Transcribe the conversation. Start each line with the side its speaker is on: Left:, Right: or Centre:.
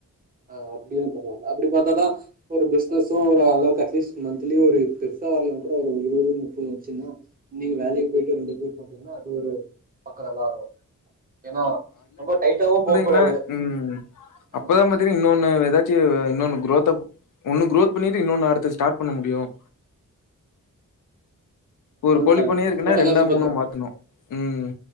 Right: ஆ அப்டின்னும் பரவால்ல அப்டி பாத்தாதா ஒரு பிசினஸும் ஒரு அளவுக்கு அட்லீஸ்ட் மந்த்லி ஒரு பெருசா வரலேன கூட ஒரு இருபது முப்பதுந்துச்சுன்னா நீங்க வேலைக்கு போயிட்டு ரெண்டு பேர் போட்டீங்கன்னா அது ஒரு பக்கம் நல்லா இருக்கும் ஏன்னா ரொம்ப டைட்டாவும் போக கூடாது
Left: என்னா ம் அப்பதான்
Right: ஆமா
Left: <unintelligible> இன்னொன்னு ஏதாச்சும் இன்னொன்ன குரோத்தை ஒன்னு குரோத் பண்ணிட்டு இன்னொன்னு அடுத்து ஸ்டார்ட் பண்ண முடியும் ஒரு கோழிப்பன்னயே
Right: கரெக்ட்
Left: இருக்குன்னா
Right: போட்ட
Left: ரெண்டா
Right: காசு இப்போ
Left: மூணோ
Right: க-
Left: மாத்தணும் ம்